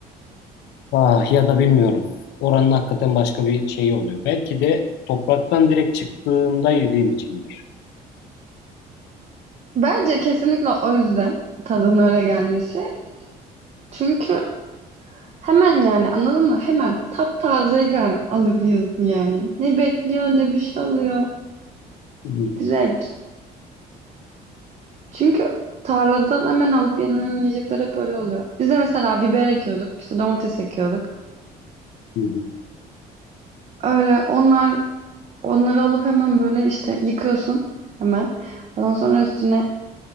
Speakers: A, on the left; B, on the right.
A: Ah ya da bilmiyorum. Oranın hakikaten başka bir şeyi oluyor. Belki de topraktan direkt çıktığında yediğim içindir.
B: Bence kesinlikle o yüzden tadının öyle gelmesi. Çünkü hemen yani anladın mı? Hemen taptaze gel alıp yiyorsun yani. Ne bekliyor ne bir şey oluyor.
A: Hmm.
B: Direkt. Çünkü tarladan hemen alıp yenilen yiyecekler hep öyle oluyor. Biz de mesela biber ekiyorduk, işte domates ekiyorduk.
A: Hı hı.
B: Öyle onlar onları alıp hemen böyle işte yıkıyorsun hemen. Ondan sonra üstüne